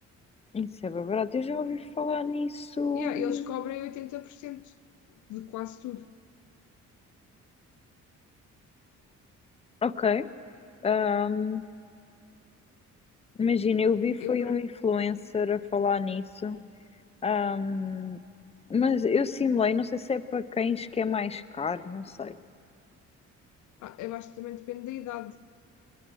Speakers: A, on the left; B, on the left.
A: Isso é bem barato, eu já ouvi falar nisso.
B: Yeah, eles cobrem 80% de quase tudo.
A: Ok, ahm, imagina, eu vi foi
B: Eu, para-
A: um influencer a falar nisso Ahm, mas eu simulei, não sei se é para cães que é mais caro, não sei.
B: ah, eu acho que também depende da idade.